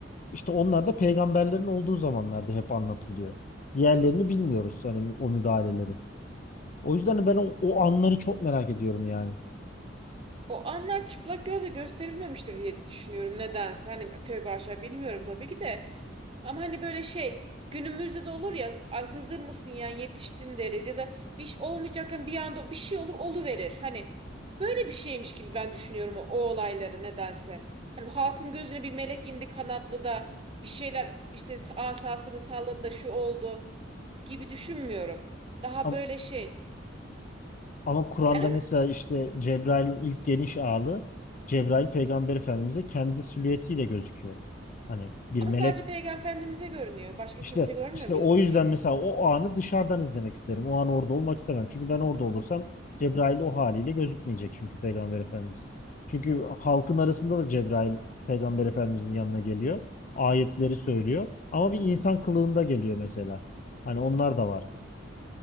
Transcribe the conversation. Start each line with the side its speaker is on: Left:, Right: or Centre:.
Left: İşte onlar da peygamberlerin olduğu zamanlarda hep anlatılıyor. Diğerlerini bilmiyoruz hani o müdahaleleri. O yüzden ben o, o anları çok merak ediyorum yani.
Right: O anlar çıplak gözle gösterilmemiştir diye düşünüyorum nedense. Hani tövbe aşağı bilmiyorum tabii ki de. Ama hani böyle şey günümüzde de olur ya "Ay, Hızır mısın ya yetiştin deriz ya da bir iş olmayacakken bir anda bir şey olur oluverir. Hani böyle bir şeymiş gibi ben düşünüyorum o, o olayları nedense. Hani bu halkın gözüne bir melek indi kanatlı da bir şeyler işte asasını salladı da şu oldu gibi düşünmüyorum. Daha
Left: Ama,
Right: böyle şey
Left: ama Kur'an'da
Right: ben
Left: mesela işte Cebrail'in ilk geniş ağlı Cebrail Peygamber Efendimiz'e kendi silüetiyle gözüküyor. Hani bir
Right: Ama
Left: melek
Right: sadece Peygamber Efendimiz'e görünüyor. Başka
Left: İşte
Right: kimse görmüyor
Left: işte
Right: biliyor.
Left: o yüzden mesela o anı dışarıdan izlemek isterim. O an orada olmak istemem. Çünkü ben orada olursam Cebrail o haliyle gözükmeyecek çünkü Peygamber Efendimiz. Çünkü halkın arasında da Cebrail Peygamber Efendimizin yanına geliyor. Ayetleri söylüyor. Ama bir insan kılığında geliyor mesela. Hani onlar da var.